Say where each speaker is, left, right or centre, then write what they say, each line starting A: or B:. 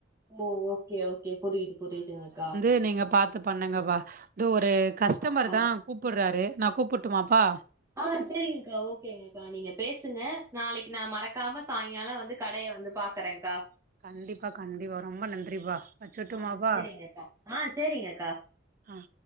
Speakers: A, on the right; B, on the right.
A: ஓ ஓகே ஓகே புரியுது புரியுதுங்கக்கா
B: இது நீங்க பாத்து பண்ணுங்கப்பா இது ஒரு
A: கண்டிப்பாக்கா
B: கஸ்டமர்தா கூப்பிடுறாரு நா கூப்புட்டுமாப்பா
A: ஆ சரிங்கக்கா ஓகேங்கக்கா நீங்க பேசுங்க நாளைக்கி நா மறக்காம சாய்ங்காலம் வந்து கடய வந்து பாத் தக்கறேன்கா
B: கண்டிப்பா கண்டிப்பா ரொம்ப நன்றிப்பா வச்சுட்டுமாப்பா
A: ஆ சேரிங்கக்கா ஆ சேரிங்கக்கா
B: ஆ